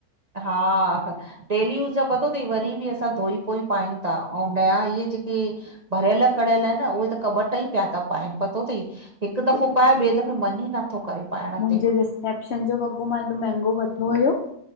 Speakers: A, on the right; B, on the left.
A: हा, डेली यूस पतो थई वरी बि असां धोई पोई पायूं था ऐं नया इहे जेके के भरियल करयल आहे न उहे त कॿट <unintelligible> ई पिया त पाइनि पतो थई। हिकु दफ़ो पाए, ॿिए दफ़े मन ई नथो करे। पाइण
B: मुंहिंजे
A: ते
B: रिसेप्शन जो वॻो मां हेॾो महांगो वरिठो हुयो